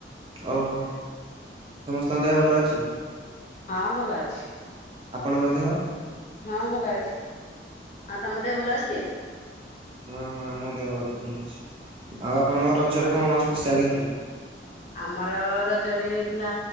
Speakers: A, on the right; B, on the left.
A: ଓହୋ ସମସ୍ତଙ୍କ ଦେହ ଭଲ ଅଛି?
B: ହଁ ଭଲ ଅଛି।
A: ଆପଣଙ୍କ ଦେହ?
B: ହଁ ଭଲ ଅଛି ଆଉ ତମ ଦେହ ଭଲ ଅଛି?
A: ହଁ ହଁ ମୋ ଦେହ ବହୁତ ଭଲ ଅଛି ଆଉ ଆପଣଙ୍କ ରଜରେ କଣ ସ୍ପେଶାଲ ହେଇଥିଲା?
B: ଆମର ରଜରେ ହେଇଥିଲା